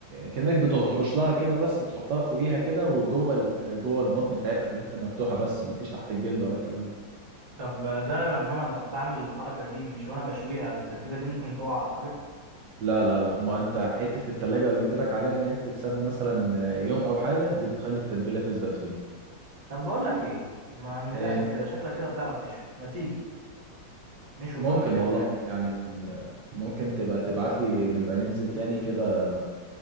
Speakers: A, on the right; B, on the right.
A: كأنك بتهرش لها كده بس تحطها فوقيها كده وجوه ال- جوه البطن بتاعتها في الحته المفتوحه بس مفيش تحت الجلد ولا الكلام ده
B: طب ده لما أنا بح- بعمل الحركة دي مش وأنا بشويها التتبيلة دي ممكن تقع أو حاجة
A: لا لا لا ما انت حته التلاجة اللي قلت لك عليها اللي هي بتتساب مثلا يوم او حاجه دي بتخلي التتبيله تثبت فيه
B: طب بقول لك ايه ما من الاخر
A: ايه
B: كده شكلك كده بتعرف تشوي ما تيجي نشوي
A: ممكن
B: فرخه كده
A: والله
B: وناكل
A: يعني ممكن تبقى تبعت لي نبقى ننزل تاني كده